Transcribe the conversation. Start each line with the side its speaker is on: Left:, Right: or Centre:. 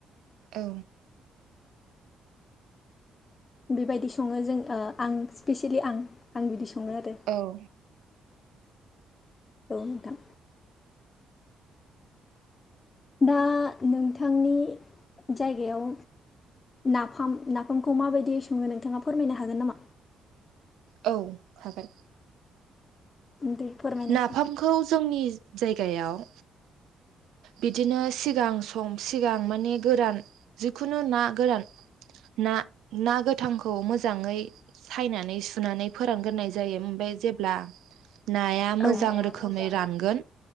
Right: औ।
Left: बेबायदि सङो जों आं स्पेसियेलि आं आं बिदि सं सङो आरो।
Right: औ
Left: औ नोंथां। दा नोंथांनि जायगायाव नाफाम नाफामखौ माबायदि सङो नोंथाङा। फोरमायनो हागोन नामा।
Right: औ हागोन।
Left: दे फोरमायनायसै
Right: नाफामखौ जोंनि। जायगायाव। बिदिनो सिगां सम सिगां माने गोरान जिखुनु ना गोरान ना। ना गोथांखौ मोजाङै सायनानै सुनानै फोरानग्रोनाय जायो ओम बे जेब्ला। नाया मोजां
Left: औ
Right: रोखोमै रानगोन।
Left: रोखोम